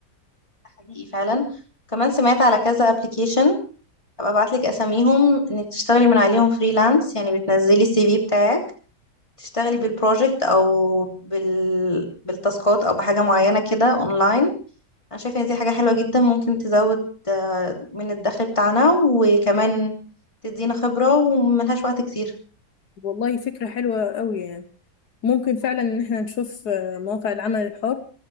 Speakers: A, on the left (about 20°); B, on the left (about 70°).
A: ده حقيقي فعلا كمان سمعت على كذا ابلكيشن هبقى ابعتلك اساميهم انك تشتغلي من عليهم فريلانس يعني بتنزلي السي في بتاعك تشتغلي بالبروجكت او بال... بالتاسكات او بحاجه معينه كده اونلاين انا شايفه ان دي حاجه حلوه جدا ممكن تزود آه، من الدخل بتاعنا وكمان تدينا خبره وملهاش وقت كتير
B: والله فكره حلوه قوي يعني ممكن فعلا ان احنا نشوف آه، مواقع العمل الحر